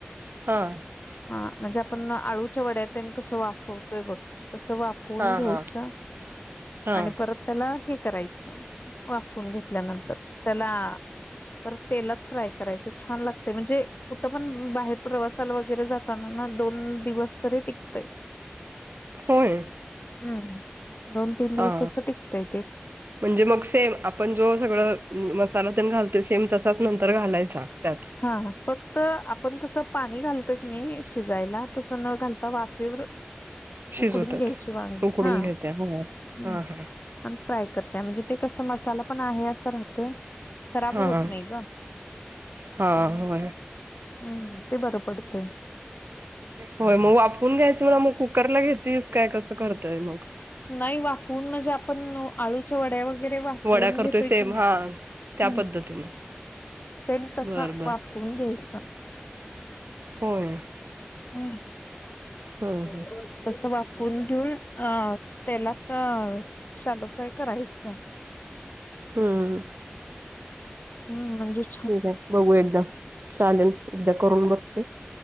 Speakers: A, on the right (about 60°); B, on the left (about 50°).
A: हां.
B: हां म्हणजे आपण अळूच्या वड्या तेन कसं वाफवतोय बघ तसं वा फून
A: हा
B: घ्यायच
A: हा हा
B: आणि परत त्याला हे करायचं वाफवून घेतल्यानंतर त्याला परत तेलात फ्राय करायचं छान लागतंय म्हणजे कुठं पण बाहेर प्रवासाला वगैरे जा तानान दोन दिवस तरी टिकतय.
A: होय.
B: हम्म दोन तीन दिवस
A: हा
B: असं टिकतंय ते.
A: म्हणजे मग सेम आपण जो सगळं अम्म मसाला तेन घालतोय सेम तसाच नंतर घालायचा त्याच
B: हां हां. फक्त आपण कसं पाणी घालतोय की नाही शिजायला तसं न घाल आता वाफेवर
A: शिजवतात
B: उकडून घ्यायची वांगी,
A: उकडून
B: हा
A: घेत्या हो हा
B: हम्म.
A: हा
B: आमचं ऐकत नाही म्हणजे ते कस मसाला पण आहे असं राहतोय, खराब
A: हा
B: होत नाही ग
A: हा होय
B: हम्म ते बरं पडतंय.
A: होय मग वापवून घ्यायचं मला मग कुकरला घेतीस काय कसं करताय मग?
B: नाही वाफवून म्हणजे आपण आळूच्या वड्या वगैरे वाफवून
A: वड्या करतोय
B: घेतोय
A: सेम
B: की नाही,
A: हा त्या
B: हम्म.
A: पद्धतीनं
B: सेम तस
A: बर बर
B: वाफवून घ्यायच.
A: होय.
B: हम्म
A: हम्म
B: <unintelligible> तस वाफून घेऊन अ त्याला शालो फ्राय करायच
A: हम्म हम्म हम्म.
B: हम्म म्हणजेश
A: ठीक आहे बघू एकदा चालेल एकदा करून बघते.